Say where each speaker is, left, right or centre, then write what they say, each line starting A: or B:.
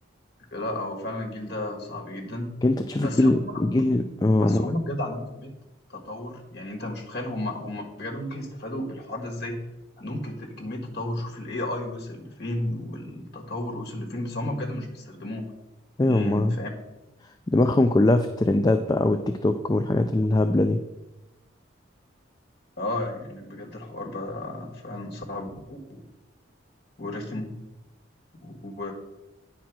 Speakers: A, on the left; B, on the left.
A: لا هو فعلا الجيل ده صعب جدا
B: انت تشوف
A: بس
B: الجيل
A: هم عندهم
B: الجيل اه
A: بس
B: ما-
A: هم بجد عندهم كمية تطور يعني انت مش متخيل هم هم بجد ممكن يستفادوا بالحوار ده ازاي عندهم كت- كمية تطور شوف الاي اي وصل لفين والتطور وصل لفين بس هم بجد مش بيستخدموه
B: ايوه
A: يعني
B: ما
A: فاهم
B: دماغهم كلها في الترندات بقى والتيك توك والحاجات الهبلة دي
A: اه يعني بجد الحوار بقى فعلا صعب و- ورخم و